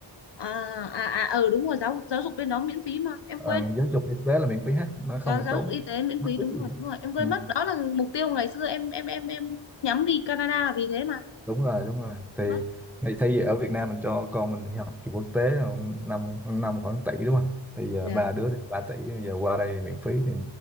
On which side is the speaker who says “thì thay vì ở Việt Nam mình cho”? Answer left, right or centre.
Centre